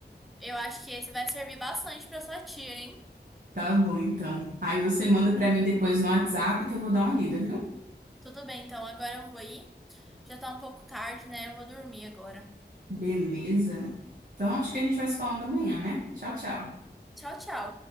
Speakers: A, in the centre; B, on the right (about 50°).
A: Eu acho que esse vai servir bastante pra sua tia, hein?
B: Tá bom, então. Aí você manda pra mim depois no WhatsApp que eu vou dar uma lida, viu?
A: Tudo bem, então agora eu vou ir. Já tá um pouco tarde, né? Eu vou dormir agora.
B: Beleza. Então acho que a gente vai se falando amanhã, né? Tchau, tchau.
A: Tchau, tchau.